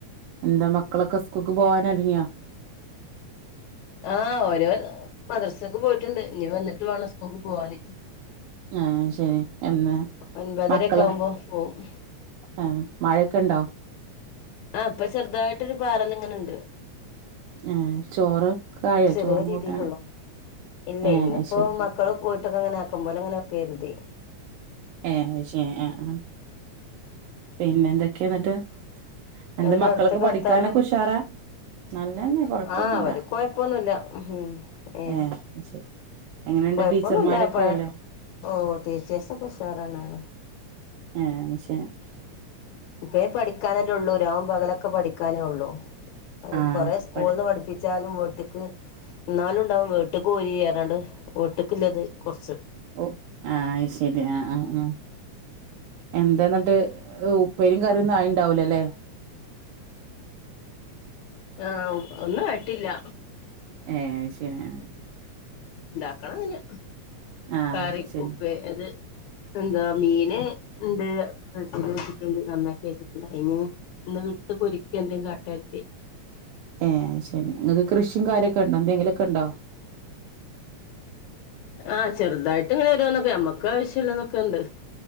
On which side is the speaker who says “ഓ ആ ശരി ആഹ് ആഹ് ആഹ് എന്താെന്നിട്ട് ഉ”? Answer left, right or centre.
Right